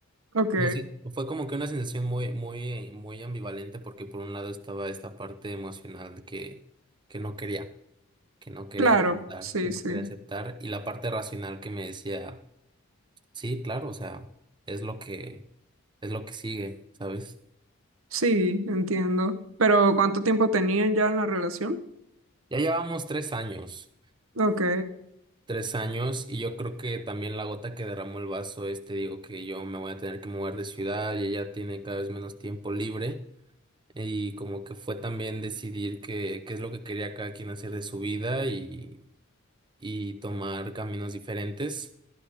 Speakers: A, on the right; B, on the right.
A: Ok,
B: No sé, fue como que una sensación muy, muy, muy ambivalente porque por un lado estaba esta parte emocional que, que no quería. que no quería
A: claro,
B: aceptar,
A: sí,
B: que no
A: sí.
B: quería aceptar, y la parte racional que me decía, sí, claro, o sea, es lo que, es lo que sigue, ¿sabes?
A: Sí, entiendo. Pero, ¿cuánto tiempo tenían ya en la relación?
B: Ya llevamos tres años,
A: Ok,
B: tres años, y yo creo que también la gota que derramó el vaso es, te digo que yo me voy a tener que mover de ciudad y ella tiene cada vez menos tiempo libre. Y como que fue también decidir qué, qué es lo que quería cada quien hacer de su vida y, y tomar caminos diferentes.